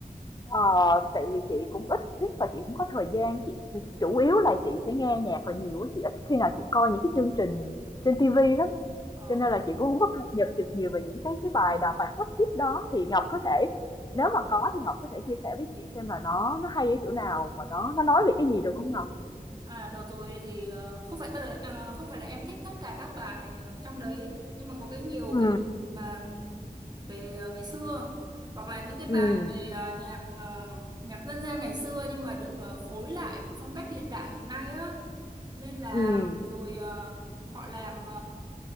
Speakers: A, on the left; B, on the right.
A: Ờ, tại vì chị cũng ít thích và chị cũng có thời gian chị chủ yếu là chị sẽ nghe nhạc là nhiều á, chị ít khi nào chị coi những cái chương trình trên TV lắm
B: Ờ.
A: Cho nên là chị cũng hông có cập nhật được nhiều về những cái cái bài đào bài hot hit đó, thì Ngọc có thể nếu mà có thì Ngọc có thể chia sẻ với chị xem là nó nó hay ở chỗ nào và nó nó nói về cái gì được không Ngọc?
B: À, đợt rồi thì ờ, không phải tất là, à, không phải là em thích tất cả các bài ờ, trong đấy nhưng mà có cái nhiều
A: ừ
B: cái bài mà ừm, về ờ, ngày xưa hoặc là những cái
A: ừ
B: bài về ờ, nhạc ờ, nhạc dân gian ngày xưa nhưng mà được ờ, phối lại với phong cách hiện đại hiện nay á nên là
A: ừ
B: rồi ờ, họ làm